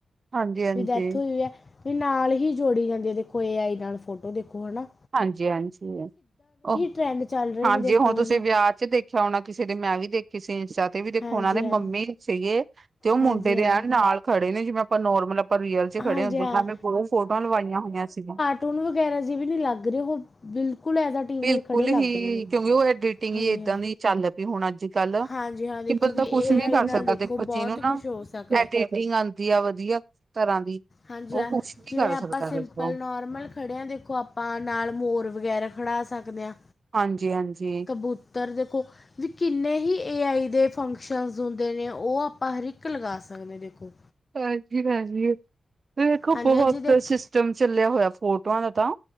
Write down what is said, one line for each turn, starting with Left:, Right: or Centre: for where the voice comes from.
Right: ਹਾਂਜੀ-ਹਾਂਜੀ,
Left: ਵੀ ਡੈਥ ਹੋਈ-ਹੋਈ ਐ, ਵੀ ਨਾਲ ਹੀ ਜੋੜੀ ਜਾਂਦੀ ਐ, ਦੇਖੋ ਏ ਆਈ ਨਾਲ ਫੋਟੋ, ਦੇਖੋ ਹਨਾ।
Right: ਹਾਂਜੀ-ਹਾਂਜੀ, ਐ ਓਹ,
Left: ਟਰੈਂਡ ਚੱਲ ਰਹੇ
Right: ਹਾਂਜੀ
Left: ਨੇ ਦੇਖੋ
Right: ਹੁਣ ਤੁਸੀ
Left: ਹੈ ਨਾ
Right: ਵੇਆ 'ਚ ਦੇਖ ਖਿਆਓ ਨਾ ਕਿਸੇ ਦੇ ਮੈਂ ਵੀ ਦੇਖੀ ਸੀ ਇੰਸਟਾ ਤੇ ਵੀ ਦੇਖੋ
Left: ਹਾਂਜੀ
Right: ਓਨਾ ਦੇ
Left: ਹਾਂ
Right: ਮੰਮੀ ਸੀਗੇ, ਤੇ ਓ
Left: ਹਾਂਜੀ
Right: ਮੁੰਡੇ ਦੇ
Left: ਹਾਂ
Right: ਐਨ ਨਾਲ ਖੜੇ ਨੇ ਜਿਵੇਂ ਆਪਾ ਨੋਰਮਲ ਪਰ ਰੀਅਲ ਚ ਖੜੇ
Left: ਹਾਂਜੀ
Right: ਹੁੰਦੇ
Left: ਹਾਂ
Right: ਬੋ ਫੋਟੋਆਂ ਲਵਾਈਆਂ ਹੋਈਆਂ ਸੀਗੀਆਂ।
Left: <unintelligible> ਕੈ ਰਿਆ ਵੀ ਨੀ ਲੱਗ ਰੇ ਔ ਬਿਲਕੁਲ ਐਜ਼ ਟੀਜ਼
Right: ਬਿਲਕੁਲ
Left: ਖੜੇ ਲੱਗ
Right: ਹੀ
Left: ਰਹੇ ਨੇ
Right: ਕਿਉਂਕਿ ਓ ਐਡੀਟਿੰਗ
Left: ਹਾਂਜੀ
Right: ਈ ਏਦਾਂ
Left: ਹਾਂ
Right: ਦੀ ਚੱਲ ਪੀ ਹੁਣ ਅੱਜ ਕੱਲ,
Left: ਹਾਂਜੀ ਹਾਂ ਦੇਖੋ
Right: ਕਿ ਬੰਦਾ
Left: ਏ
Right: ਕੁੱਛ ਵੀ
Left: ਆਈ
Right: ਕਰ
Left: ਨਾਲ
Right: ਸਕਦਾ ਦੇਖੋ ਜਿਨੂੰ
Left: ਬਹੁਤ ਕੁਛ
Right: ਨਾ
Left: ਹੋ ਸਕਦਾ
Right: ਐਡਿਟ ਟਿੰਗ ਆਂਦੀ ਆ ਵਧੀਆ ਤਰ੍ਹਾਂ ਦੀ।
Left: ਹਾਂਜੀ
Right: ਉਹ
Left: ਐ
Right: ਕੁਛ ਵੀ
Left: ਜਿਵੇਂ
Right: ਕਰ
Left: ਆਪਾਂ
Right: ਸਕਦਾ
Left: ਸਿਪਲ
Right: ਦੇਖੋ
Left: ਨੋਰਮਲ ਖੜੇ ਆ ਦੇਖੋ ਆਪਾ ਨਾਲ ਮੋਰ ਵਗੈਰਾ ਖੜਾ ਸਕਦੇ ਆ।
Right: ਹਾਂਜੀ-ਹਾਂਜੀ।
Left: ਕਬੂਤਰ ਦੇਖੋ ਵੀ ਕਿੰਨੇ ਹੀ ਏ ਆਈ ਦੇ ਫੰਕਸ਼ਨਸ ਹੁੰਦੇ ਨੇ ਓ ਆਪਾ ਹਰ ਇੱਕ ਲਗਾ ਸਕਦੇ ਆ ਦੇਖੋ।
Right: ਹਾਂਜੀ ਪੈਂਜੀ, ਵੇਖੋ
Left: ਹਾਂਜੀ
Right: ਬਹੁਤ
Left: ਹਾਂਜੀ ਦੇਖ
Right: ਸਿਸਟਮ ਚੱਲਿਆ ਹੋਇਆ ਫੋਟੋਆਂ ਦਾ ਤਾਂ